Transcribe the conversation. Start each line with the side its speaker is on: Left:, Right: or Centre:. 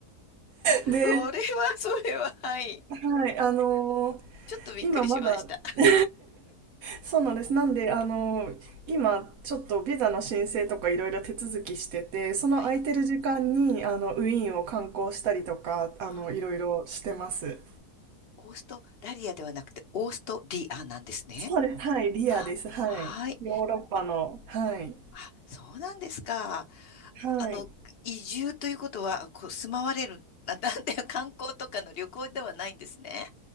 Right: で、
Left: それは、<laughs> それは、はい。
Right: はい、あの、
Left: ちょっとびっくりしました。
Right: 今まだ、<laughs> そうなんです。なんで、あの、今、ちょっとビザの申請とかいろいろ手続きしてて、その空いてる時間に、
Left: はい。
Right: あの、ウィーンを観光したりとか、
Left: はい。
Right: あの、いろいろしてます。
Left: オーストラリアではなくて、オーストリアなんですね。
Right: そうです。はい。リアです。
Left: あ、
Right: はい。
Left: はい。
Right: ヨーロッパの。はい。
Left: あ、そうなんですか。
Right: はい。
Left: あの、移住ということは、こう、住まわれる、な、なんて、<laughs> 観光とかの旅行ではないんですね。